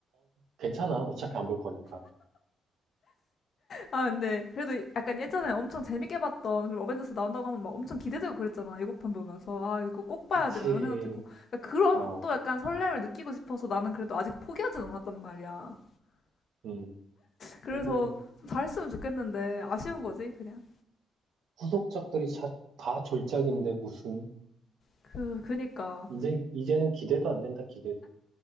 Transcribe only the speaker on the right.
괜찮아. 어차피 안 볼 거니까.
그치.
어,
음.
근데
후속작들이 자- 다 졸작인데 무슨
이제 이제는 기대도 안 된다 기대도.